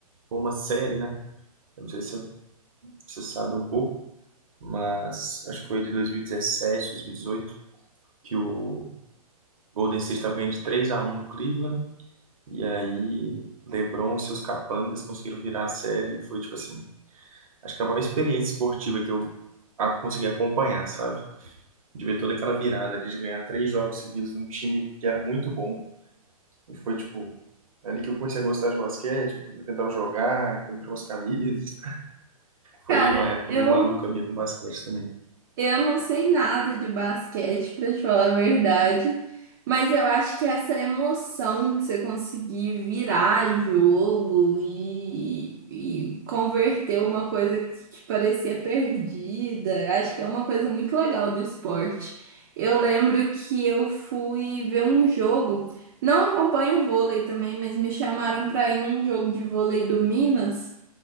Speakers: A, on the right; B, on the right.
A: foi uma série, né? Eu não sei se você você sabe um pouco, mas acho que foi de 2017, 2018, que o Golden State estava ganhando de 3 a um do Cleveland, e aí LeBron e seus capangas conseguiram virar a série, e foi tipo assim, acho que é a maior experiência esportiva que eu a- consegui acompanhar, sabe? De ver toda aquela virada ali, de ganhar três jogos seguidos de um time que era muito bom E foi, tipo, ali que eu comecei a gostar de basquete. Eu tentava jogar, comprei umas camisas.
B: Cara,
A: Foi uma época
B: eu
A: meio maluca minha com basquete também.
B: Eu não sei nada de basquete, pra te falar a verdade, mas eu acho que essa emoção de você conseguir virar jogo e, e converter uma coisa que, que parecia perdida, eu acho que é uma coisa muito legal do esporte. Eu lembro que eu fui ver um jogo, não acompanho o vôlei também, mas me chamaram para ir num jogo de vôlei do Minas.